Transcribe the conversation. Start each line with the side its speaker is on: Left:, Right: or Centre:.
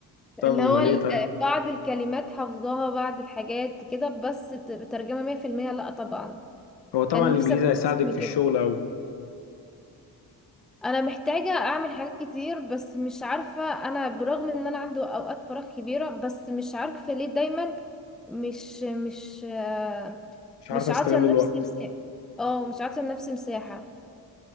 Left: طب
Centre: اللي
Left: امال
Centre: هو ال-
Left: ايه طيب
Centre: آه، بعض الكلمات حافظاها بعض الحاجات كده بس ت- ترجمة مية في المية لأ طبعا
Left: هو طبعا
Centre: كان
Left: الانجليزي
Centre: نفسي اكون
Left: هيساعدك
Centre: احسن من
Left: في
Centre: كده
Left: الشغل أوي
Centre: انا محتاجه اعمل حاجات كتير بس مش عارفه انا برغم ان انا عندي اوقات فراغ كبيره بس مش عارفه ليه دايما مش مش آه،
Left: مش
Centre: مش
Left: عارف استغل
Centre: عاطيه لنفسي
Left: الوقت
Centre: مساحه اه مش عاطيه لنفسي مساحه